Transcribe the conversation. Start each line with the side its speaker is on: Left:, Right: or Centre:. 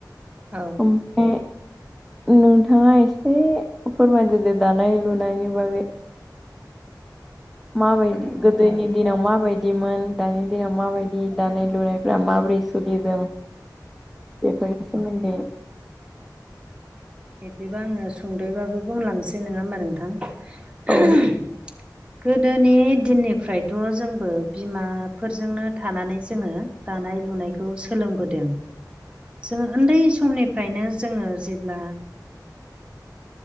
Right: औ
Centre: उम ए नोंथाङा एसे फोरमायदो दे दानाय लुनायनि बागै माबायदि गो दोनि दिनाव माबायदिमोन दानि दिनाव माबायदि दानाय लुनायफ्रा माबोरै सोलिदों बेफोरनि सोमोन्दै
Right: बिदिबा आङो सुंद'यैबाबो बुंलांनोसै नङा होमबा नोंथां
Centre: औ
Right: <inaudible> गोदोनि दिननिफ्रायथ' जोंबो बिमाफोरजोंनो थानानै जोङो दानाय लुनायखौ सोलोंबोदों
Centre: <inaudible>
Right: जोङो उन्दै समनिफ्रायनो जोङो जेब्ला